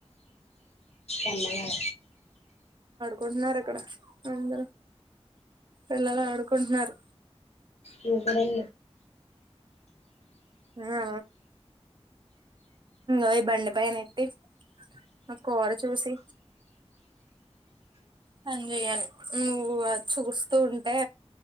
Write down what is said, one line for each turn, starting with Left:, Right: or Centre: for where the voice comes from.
Left: ఎన్ననాల
Right: కొడ్నార ఎక్కడ అంద ఎల్ అనుకుంటున్నారు
Left: ఇ కూడాడ
Right: ఆ వ బండిపైన ఎట్టి మా కూర చూసి సంజయన నువ్వు చూస్తూ ఉంటే